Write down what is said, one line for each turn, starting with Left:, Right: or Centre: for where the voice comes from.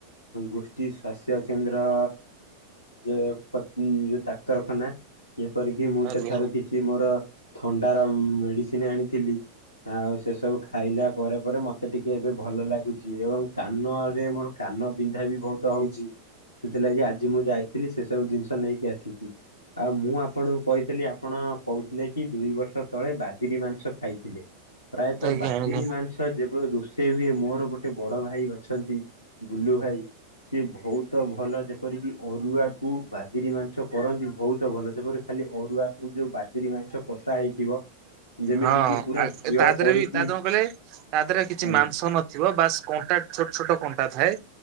Left: ଗୋଷ୍ଠୀ ସ୍ବାସ୍ଥ୍ୟ କେନ୍ଦ୍ର। ଯେ ପ ଉଁ ଡାକ୍ତରଖାନା ଯେପରିକି ମୁଁ
Right: ଆଜ୍ଞା।
Left: ସେଠାରୁ କି ଛି ମୋର ଥଣ୍ଡାର ମେଡ଼ିସିନ୍ ଆଣିଥିଲି। ଆଉ ସେ ସବୁ ଖାଇଲା ପରେ ପରେ ମତେ ଟିକେ ଏବେ ଭଲ ଲାଗୁଚି ଏବଂ କାନରେ ମୋର କାନ ବିନ୍ଧା ବି ବହୁତ ହଉଚି ସେଥିଲାଗି ଆଜି ମୁଁ ଯାଇଥିଲି ସେ ସବୁ ଜିନ୍ଷ ନେଇକି ଆସିଚି। ଆଉ ମୁଁ ଆପଣଙ୍କୁ କହିଥିଲି ଆପଣ କଉଥିଲେ କି ଦୁଇ ବର୍ଷ ତଳେ ବାଦିରି ମାଂସ ଖାଇଥିଲେ ପ୍ରାୟତଃ
Right: ଆଜ୍ଞା
Left: ବାଦିରି
Right: ଆଜ୍ଞା
Left: ମାଂସ୍ ତ ଯେବେ ରୋଷେଇ ହୁଏ ମୋର ଗୋଟେ ବଡ ଭାଇ ଅଛନ୍ତି ବୁଲୁ ଭାଇ। ସିଏ ବହୁତ ଭଲ ଯେପରିକି ଅରୁଆକୁ ବାଦିରି ମାଂସ କରନ୍ତି ବହୁତ ଭଲ <unintelligible> ଖାଲି ଅରୁଆକୁ ଯୋଉ ବାଦିରୀ ମାଂସ କଷା ହେଇଥିବ। ଯେମିତି
Right: ହଁ
Left: କିି ପୁରା
Right: ଆ
Left: ଘିଅ
Right: ତା ଦେଅରେ
Left: ପଡିକି
Right: ବି ତାହ କଣ କଇଲେ ତା ଦେହରେ କିଛି
Left: ଆଜ୍ଞା
Right: ମାଂସ ମାଂସ ନଥିବ ବାସ୍ କଣ୍ଟା ଛୋଟ ଛୋଟ କଣ୍ଟା ଥାଏ